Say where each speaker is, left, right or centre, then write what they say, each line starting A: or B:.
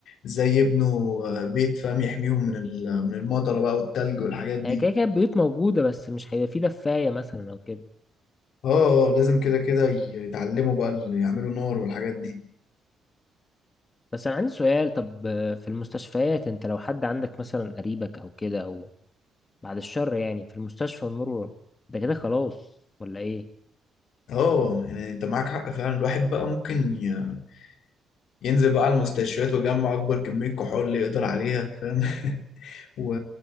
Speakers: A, on the left (about 70°); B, on the left (about 30°).
A: ازاي يبنوا آه، بيت فاهم يحميهم من ال- من المطره بقى والتلج والحاجات دي
B: هي كده كده البيوت موجوده بس مش هيبقى في دفايه مثلا او كده
A: اه آه، لازم كده كده يتعلموا بقى اللي يعملوا نار والحاجات دي
B: بس انا عندي سؤال طب في المستشفيات انت لو حد عندك مثلا قريبك او كده او بعد الشر يعني في المستشفى النور ده كده خلاص ولا ايه
A: اه آه، يعني انت معاك حق فعلا الواحد بقى ممكن ي- ينزل بقى على المستشفيات ويجمع اكبر كميه كحول اللي يقدر عليها فاهم <laughs> و...